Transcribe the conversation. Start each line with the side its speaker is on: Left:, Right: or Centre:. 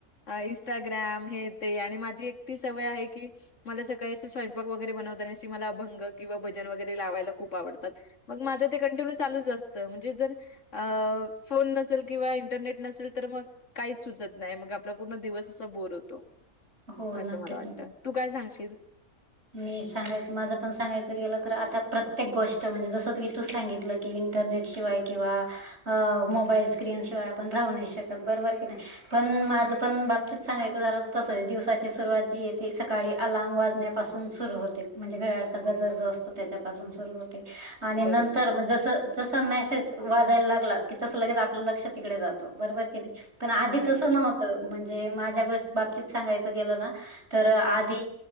Left: इंस्टाग्राम हे ते आणि माझी एक ती सवय आहे की, मला सकाळी अस स्वयंपाक वगैरे बनवताण्या मला भंग किंवा भजन वगैरे लावायला खूप आवडतं. मग माझं ते कंटिन्यू चालूच असतं म्हणजे जर, अ फोन नसेल किंवा इंटरनेट नसेल तर मग काहीच सुचत नाही मग. आपला पूर्ण दिवस असा बोर होतो
Right: हो
Left: असं
Right: नक्कीच.
Left: मला वाटतं तू काय सांगशील
Right: मी सांगायचं माझं पण सांगायचं गलं तर आता प्रत्येक गोष्ट म्हणजे जसंच की तू सांगितलं कि इंटरनेट शिवाय किंवा मोबाईल स्क्रीन शिवाय आपण राहू नाही शकत बरोबर कि नाही पण माझं पण बाबतीत सांगायचं झालं तर तस दिवसाची सुरुवात जी आहे त सकाळी अलाारम वाजण्या सुरू होते म्हणजे घचा गजर जो असतो त्याच्यापासून सुरू होते आणि नंतर
Left: बरोबर.
Right: मग जस जस मेसेज वाजायला लागला की तसं लगेच आपलं लक्षात तिकडे जातो बरोबर की नाही पण आधी
Left: अगदीच.
Right: तसं नव्हतं म्हणजे माझ्या गोष्ट बाबतीत सांगायचं गेलं ना तर आधी